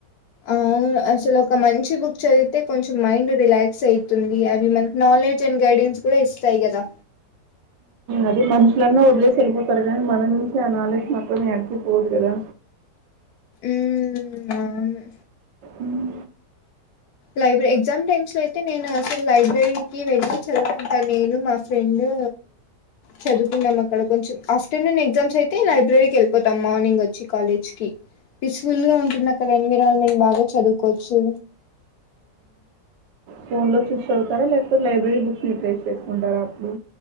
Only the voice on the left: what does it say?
అవును అసలు ఒక మంచి బుక్ చదివితే కొంచెం మైండ్ రిలాక్స్ అవుతుంది అవి మన్ నాలెడ్జ్ అండ్ గైడెన్స్ కూడా ఇస్తాయి కదా
మ్ అవును
లైబ్రరీ ఎగ్జామ్ టైమ్స్ లో అయితే నేను అసలు లైబ్రరీకి వెళ్ళి చదువుకుంటా నేను మా రెండూ చదువుకుందాం అక్కడ కొంచెం. ఆఫ్టర్నూన్ ఎగ్జామ్స్ అయితే లైబ్రరీకి వెళ్ళి పోతాం. మార్నింగ్ అచ్చి కాలేజ్ కి పీస్ఫుల్ గా ఉంటుంది అక్కడ ఎన్విరాన్మెంట్ బాగా చదువుకోవచ్చు.